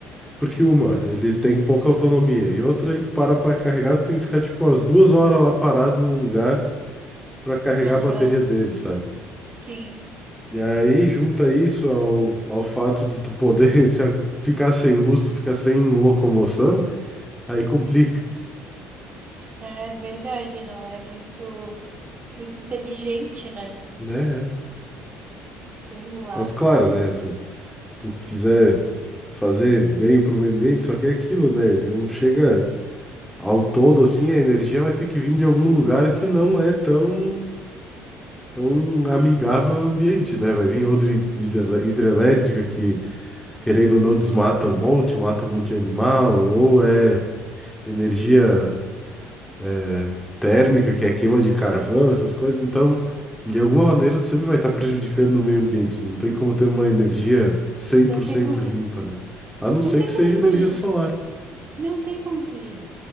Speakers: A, in the centre; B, on the right.
A: Porque uma, ele tem pouca autonomia, e outra, aí tu para pra carregar, tu tem que ficar tipo umas duas horas lá parado no lugar pra carregar
B: Aham.
A: a bateria dele, sabe?
B: Sim,
A: E aí junta isso ao, ao fato de tu poder <laughs> se a- ficar sem luz, tu ficar sem locomoção, aí complica,
B: é verdade, não é muito muito inteligente, né?
A: né?
B: Sei lá.
A: Mas claro, né? Tu, tu quiser fazer bem pro meio ambiente, só que é aquilo, né? Ele não chega ao todo assim, a energia vai ter que vir de algum lugar que não é tão É um amigável ao ambiente, né? Vai vir outra hid- hidrelé- hidrelétrica que, querendo ou não, desmata um monte, mata um monte de animal, ou é energia é, térmica, que é queima de carvão, essas coisas. Então, de alguma maneira, tu sempre vai estar prejudicando o meio ambiente. Não tem como ter uma energia cem
B: Não
A: por
B: tem
A: cento
B: como,
A: limpa, né? A não ser
B: não tem
A: que seja
B: como fugir.
A: energia solar,
B: Não tem como fugir.